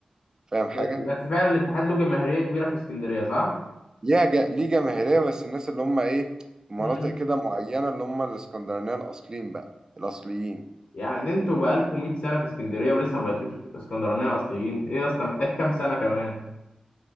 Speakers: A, on the right; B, on the left.
A: فاهم حاجه
B: بس بس فعلا الاتحاد له جماهيرية كبيرة في اسكندرية صح؟
A: ليها ج... ليه جماهيريه بس الناس اللي هم ايه في مناطق
B: امم
A: كده معينه اللي هم الاسكندرانيه الاصليين بقى الاصليين
B: يعني انتوا بقالكم 100 سنة في اسكندرية ولسه ما بقيتوش اسكندرانية اصليين ايه اصلا محتاج كام سنة كمان